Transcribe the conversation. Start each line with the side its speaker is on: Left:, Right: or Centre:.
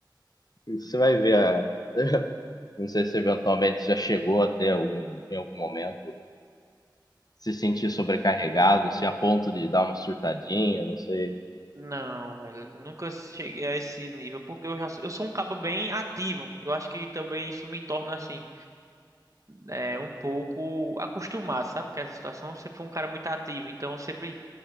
Left: você vai ver. a- Não sei se eventualmente já chegou até algum, em algum momento se sentir sobrecarregado, se a ponto de dar uma surtadinha, não sei.
Right: Não, velho. eu Nunca cheguei a esse nível. Porque eu já sou, eu sou um cabo bem ativo. Eu acho que também isso me torna assim. É, um pouco acostumado, sabe? Porque essa situação eu sempre fui um cara muito ativo. Então eu sempre